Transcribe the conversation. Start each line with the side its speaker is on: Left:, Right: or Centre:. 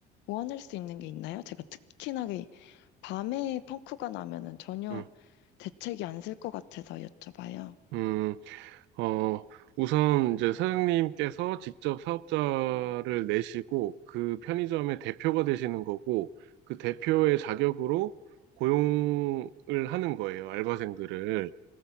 Left: 보완할 수 있는 게 있나요? 제가 특히나 이 밤에 펑크가 나면은 전혀
Right: 음,
Left: 대책이 안 쓸 것 같아서 여쭤봐요.
Right: 음. 어, 우선 이제 사장님께서 직접 사업자를 내시고 그 편의점의 대표가 되시는 거고 그 대표의 자격으로 고용을 하는 거예요, 알바생들을.